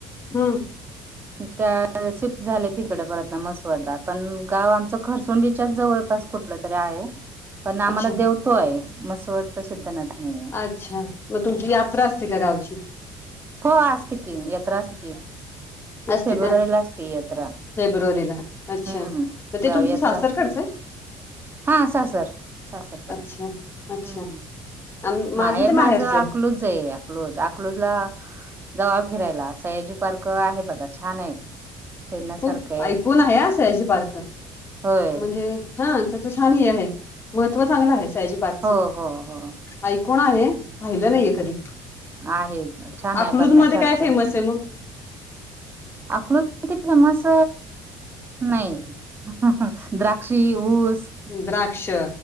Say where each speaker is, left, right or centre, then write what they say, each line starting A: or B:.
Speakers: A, on the left; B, on the right.
A: हम्म
B: त्या शिफ्ट झाल्या तिकड परत ना मसवडला पण गाव आमच खरसुंडीच्याच जवळपास कुठलं तरी आहे पण आम्हाला
A: अच्छा
B: देवतो आहे म्हसवडचा सिद्धनाथ नाही
A: अच्छा मग तुमची यात्रा असते का गावची.
B: हो असत की यात्रा असते की
A: असते
B: फेब्रुवारीला
A: का
B: असते यात्रा
A: फेब्रुवारीला अच्छा
B: हम्म.
A: म ते
B: गाव
A: तुमचं
B: यात्रा
A: सासर खडचंय
B: हा सासर सासर कडच
A: अच्छा अच्छा
B: हम्म
A: आम- माझं
B: माहेर
A: ते माहेरचं
B: माझ
A: आहे
B: अकलूज आहे अकलोज अकलोजला जवळ फिरायला सयाजी पार्क आहे बघा छान आहे. फिरण्यासारखं
A: खूप
B: आहे
A: ऐकून आहे सयाजी पारकर
B: होय
A: म्हणजे हा त्याचं छान ह आहे महत्त्व चांगलं आहे सायजी पार्क
B: हो हो हो.
A: ऐकण आहे पाहिलं नाहीे
B: हम्म
A: कधी
B: आहे छान आहे
A: अकलूज
B: बघण्यासारखं
A: मध्ये काय फेमस आहे मग
B: अकलू किती फेमस नाही द्राक्षी ऊस
A: द्राक्ष